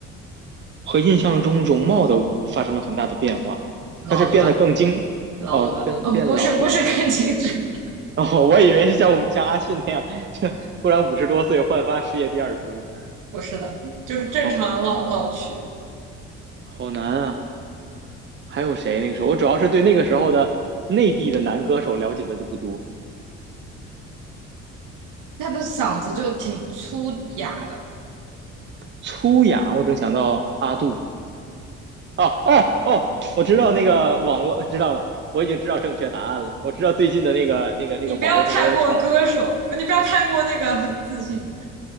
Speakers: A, on the right; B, on the right.
A: <laughs> 和印象中容貌都发生了很大的变化，
B: 老了吧，
A: 他是变得更精，
B: 老了吧，
A: 哦，变变老了。
B: 哦，不，不是，不是感情质，
A: <laughs> 哦，我以为是像像阿信那样，就突然五十多岁焕发事业第二春
B: <laughs> 不是的，就是正常的老老去。
A: 啊，好好难啊。还有谁？那个时候我主要是对那个时候的内地的男歌手了解的就不多。
B: 他的嗓子就挺粗哑的，
A: 粗雅，我正想到阿杜。哦哦哦，我知道那个网络，呃知道了，我已经知道正确答案了。我知道最近的那个那个那个网络上都在吵，
B: 你不要太过歌手，呃你不要太过那个自信。